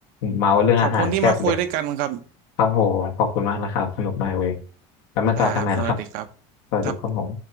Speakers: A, on the left; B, on the right.
A: เมาเรื่องอาหารแซ่บเลย
B: ขอบคุณที่มาคุยด้วยกันครับ
A: ครับผมขอบคุณมากนะครับสนุกมากเลยแล้วมาเจอกันใหม่นะครับ
B: ครับสวัสดีครับ
A: สวัสดีครับผม
B: ครับ